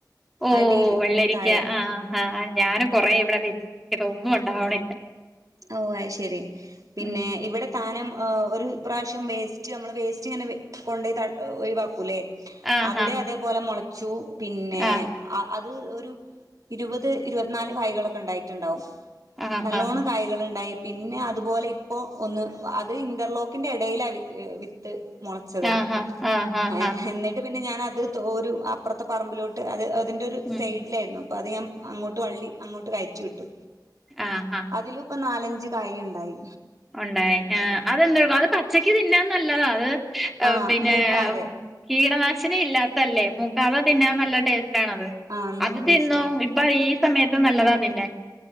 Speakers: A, in the centre; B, on the right (about 50°).
A: ഓ
B: അടിയില്
A: വെള്ളരിക്ക
B: താഴെ
A: ആ ആ ഞാന് കൊറെേ ഇവിടെ വെച്ചിട്ട് ഒന്നും ഒണ്ടാവണില്ല
B: ഓ അയ് ശരി പിന്നെ
A: ഉം
B: ഇവിടെ ത്താനം ഓ ഒരു പ്രാവശ്യം വേസ്റ്റ് നമ്മള് വേസ്റ്റിങ്ങനെ കൊണ്ടു പോയി തട് ഒയിവാക്കൂലേ
A: ആഹ്
B: അവിടെ
A: ഹാ
B: അതേപോലെ മൊളച്ചു പിന്നെ
A: ആഹ്
B: ആ അത് ത് ഒരു ഇരുപത് ഇരുപത്തിനാല് കായ്കളൊക്കെണ്ടായിട്ടുണ്ടാവും
A: ആഹ്
B: നല്ലോണം
A: ഹാ
B: കായികളുണ്ടായി പിന്നെ അതുപോലെ ഇപ്പൊ ഒന്ന് അത് ഇന്റർലോക്കിന്റെ എടയിലല് ഇപ് ത്ത് മൊളച്ചത്
A: ആഹ് ഹാ ആഹ് ഹാ
B: ഏ
A: ഹാ
B: ഹെന്നെ ട്ട് പിന്നെ ഞാനത് തോരു അപ്പുറത്തെ പറമ്പിലോട്ട് അത് തിന്റൊരു
A: ഉം
B: സൈഡിലായിരുന്നു അപ്പൊ അത് ഞമ് അങ്ങോട്ട് വള്ളി അങ്ങോട്ട് കയറ്റി വിട്ടു
A: ആ ആ
B: അതിലുപ്പൊ നാലഞ്ച് കായ് ണ്ടായി
A: ഒണ്ടായി ആ അതെന്തെട്ക്കും അത് പച്ചക്ക് തിന്നാ നല്ലതാ അത്
B: ആഹ്
A: പിന്നെ
B: മൂക്കാതെ
A: കീടനാശിനി ഇല്ലാത്തല്ലേ മൂക്കാതെ തിന്നാൻ നല്ല ടേസ്റ്റാണത്
B: ആഹ് നല്ല
A: അത്
B: ടേസ്റ്റാ
A: തിന്നോ പ്പൊ ഈ സമയത്തും നല്ലതാ തിന്നാൻ